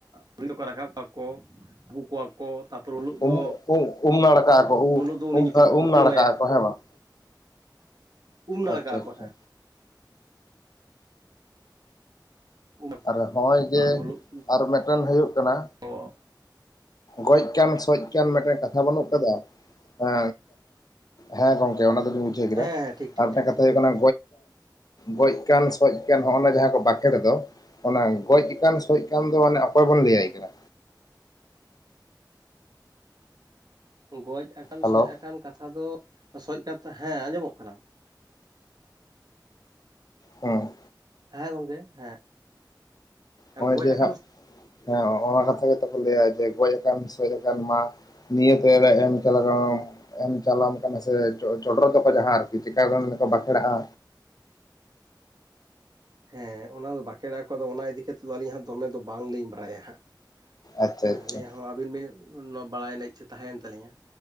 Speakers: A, on the right; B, on the left.
A: ᱦᱩᱭᱩᱜ ᱠᱚ ᱨᱟᱠᱟᱵ ᱠᱚᱣᱟ ᱠᱚ, ᱩᱱᱠᱩ ᱠᱚᱣᱟ ᱠᱚ ᱛᱟᱨᱯᱚᱨ ᱩᱱᱤᱞᱳᱜ
B: ᱩᱢ
A: ᱫᱚ
B: ᱩᱢ ᱩᱢ ᱱᱟᱲᱠᱟ ᱠᱟᱜᱼᱟ ᱠᱚ
A: ᱦᱤᱞᱳᱜ ᱫᱚ ᱩᱱᱤ
B: ᱩᱢ
A: ᱧᱩᱛᱩᱢ ᱠᱚ
B: ᱩᱢ
A: ᱠᱩᱴᱟᱹᱢᱟᱭᱟ᱾
B: ᱱᱟᱲᱠᱟᱜᱼᱟ ᱠᱚ ᱦᱮᱸ ᱵᱟᱝ
A: ᱩᱢ ᱱᱟᱲᱠᱟᱜ
B: ᱟᱪᱪᱷᱟ
A: ᱟᱠᱚ
B: ᱟᱪᱪᱷᱟ
A: ᱦᱮᱸ᱾ ᱩᱢ
B: ᱟᱨ ᱦᱚᱸᱜᱼᱚᱭ ᱡᱮ
A: ᱟᱨ ᱩᱱ ᱦᱤᱞᱳᱜ
B: ᱟᱨ ᱢᱤᱫᱴᱮᱱ ᱦᱩᱭᱩᱜ ᱠᱟᱱᱟ᱾
A: ᱫᱚ
B: ᱜᱚᱡ-ᱠᱟᱱ, ᱥᱚᱡ-ᱠᱟᱱ, ᱢᱤᱫᱴᱮᱱ ᱠᱟᱛᱷᱟ ᱵᱟᱹᱱᱩᱜ ᱠᱟᱫᱟ ᱮ? ᱦᱮᱸ ᱜᱚᱝᱠᱮ ᱚᱱᱟ ᱫᱚᱞᱤᱧ ᱵᱩᱡᱷᱟᱹᱣ ᱠᱮᱫᱟ
A: ᱦᱮᱸ ᱦᱮᱸ ᱴᱷᱤᱠ ᱴᱷᱤᱠ
B: ᱟᱨ ᱢᱤᱫᱴᱟᱝ
A: ᱴᱷᱤᱠ
B: ᱠᱟᱛᱷᱟ
A: ᱴᱷᱤᱠ
B: ᱦᱩᱭᱩᱜ ᱠᱟᱱᱟ ᱜᱚᱡ ᱠᱟᱱ, ᱥᱟᱡ-ᱠᱟᱱ ᱥᱚᱡ ᱟᱠ ᱱᱚᱜ ᱡᱟᱦᱟᱸ ᱠᱚ ᱵᱟᱸᱠᱷᱮ ᱫᱚ᱾ ᱚᱱᱟ ᱜᱚᱡ ᱟᱠᱟᱱ ᱥᱚᱡ ᱟᱠ ᱫᱚ ᱚᱱᱮ ᱚᱠᱚᱭ ᱵᱚᱱ ᱞᱟᱹᱭᱟᱭ ᱠᱟᱱᱟ?
A: ᱜᱚᱡ ᱟᱠᱟᱱ
B: ᱦᱮᱞᱳ
A: ᱥᱚᱡ ᱟᱠᱟᱱ ᱠᱟᱛᱷᱟ ᱫᱚ ᱥᱚᱡ ᱠᱟᱛᱮ ᱦᱮᱸ ᱟᱸᱡᱚᱢᱚᱜ ᱠᱟᱱᱟ᱾
B: ᱦᱮᱸ
A: ᱦᱮᱸ ᱜᱚᱝᱠᱮ ᱦᱮᱸ
B: ᱱᱚᱜᱼᱚᱭ
A: ᱜᱚᱡ
B: ᱡᱮ
A: ᱟᱠᱟᱱ
B: ᱦᱟᱸᱜ ᱦᱮᱸ ᱚᱱᱟ ᱠᱟᱛᱷᱟ ᱜᱮᱛᱚ ᱠᱚ ᱞᱟᱹᱭᱟ ᱡᱮ ᱜᱚᱡ ᱟᱠᱟᱱ ᱥᱚᱡ ᱟᱠᱟᱱ ᱢᱟ᱾ ᱱᱤᱭᱟᱹ ᱛᱮᱞᱮ ᱮᱢ ᱪᱟᱞᱟᱜ ᱮᱢ ᱪᱟᱞᱟᱣᱟ ᱠᱟᱱᱟ ᱥᱮ ᱪᱚᱰᱚᱨ ᱫᱚᱟᱠᱚ ᱡᱟᱦᱟᱸ ᱟᱨᱠᱤ ᱪᱮᱠᱟ ᱠᱚ ᱵᱟᱠᱷᱮᱲᱟᱜᱼᱟ᱾
A: ᱦᱮᱸ ᱚᱱᱟ ᱫᱚ ᱵᱟᱸᱠᱷᱮᱲ ᱟᱠᱚ, ᱚᱱᱟ ᱤᱫᱤ ᱠᱟᱛᱮᱫ ᱫᱚ ᱟᱹᱞᱤᱧ ᱦᱟᱸᱜ ᱫᱚᱢᱮ ᱫᱚ ᱵᱟᱝᱞᱤᱧ ᱵᱟᱲᱟᱭᱟ ᱦᱟᱸᱜ᱾
B: ᱟᱪᱪᱷᱟ
A: ᱦᱮᱸ
B: ᱟᱪᱪᱷᱟ
A: ᱟᱞᱤᱧᱟᱜ ᱦᱚᱸ ᱟᱹᱵᱤᱱ ᱵᱤᱱ ᱵᱟᱲᱟᱭ ᱨᱮᱱᱟᱜ ᱤᱪᱪᱟᱹ ᱛᱟᱦᱮᱭᱮᱱ ᱛᱟᱹᱞᱤᱧᱟ᱾